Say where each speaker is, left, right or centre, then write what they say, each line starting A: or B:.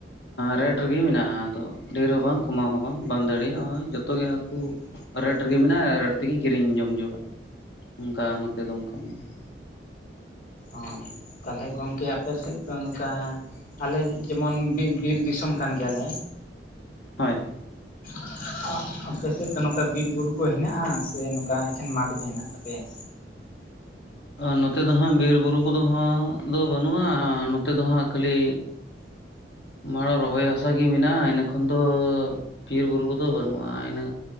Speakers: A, on the left; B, on the left.
A: ᱨᱮᱴ ᱨᱮᱜᱮ ᱢᱮᱱᱟᱜᱼᱟ ᱟᱫᱚ ᱰᱷᱮᱨ ᱦᱚᱸ ᱵᱟᱝ ᱠᱚᱢᱟᱣ ᱦᱚᱸ ᱵᱟᱝ ᱵᱟᱝ ᱫᱟᱲᱮᱭᱟᱜᱼᱟᱜ ᱡᱚᱛᱚ ᱜᱮ ᱟᱠᱚ ᱨᱮᱴ ᱨᱮᱜᱮ ᱢᱮᱱᱟᱜᱼᱟ ᱨᱮᱹᱴ ᱛᱮᱜᱮ ᱠᱤᱨᱤᱧ ᱡᱚᱢ ᱡᱟ. ᱨᱩᱲᱟ ᱚᱱᱠᱟ ᱱᱚᱛᱮ ᱫᱚ ᱚᱱᱠᱟ ᱢᱮᱱᱟᱜᱼᱟ
B: ᱚ ᱛᱟᱦᱚᱞᱮ ᱜᱚᱢᱠᱮ ᱟᱯᱮ ᱥᱮᱫ ᱫᱚ ᱱᱚᱝᱠᱟ ᱟᱞᱮ ᱡᱮᱢᱚᱱ ᱵᱤᱨ ᱵᱤᱨ ᱫᱤᱥᱚᱢ ᱠᱟᱱ ᱜᱮᱭᱟᱞᱮ
A: ᱦᱳᱭ
B: <inaudible> ᱟᱯᱮ ᱥᱮᱫ ᱫᱚ ᱱᱚᱝᱠᱟ ᱵᱤᱨᱵᱩᱨᱩ ᱠᱚ ᱦᱮᱱᱟᱜᱼᱟ ᱥᱮ ᱱᱚᱝᱠᱟ ᱮᱠᱷᱮᱱ ᱢᱟᱴᱷ ᱜᱮ ᱦᱮᱱᱟᱜ ᱛᱟᱯᱮᱭᱟ
A: ᱟᱨ ᱱᱚᱛᱮ ᱫᱚ ᱦᱟᱸᱜ ᱵᱤᱨ ᱵᱩᱨᱩ ᱠᱚᱫᱚ ᱦᱟᱸ ᱫᱚ ᱵᱟᱹᱱᱩᱜᱼᱟ ᱱᱚᱛᱮ ᱫᱚ ᱦᱟᱸᱜ ᱠᱷᱟᱹᱞᱤ ᱢᱟᱲᱟᱜ ᱨᱚᱦᱚᱭ ᱦᱟᱥᱟᱜᱮ ᱢᱮᱱᱟᱜᱼᱟ ᱤᱱᱟᱹᱠᱷᱟᱱ ᱫᱚ ᱵᱤᱨ ᱵᱩᱨᱩ ᱠᱚᱫᱚ ᱵᱟᱹᱱᱩᱜᱼᱟ ᱤᱱᱟᱹ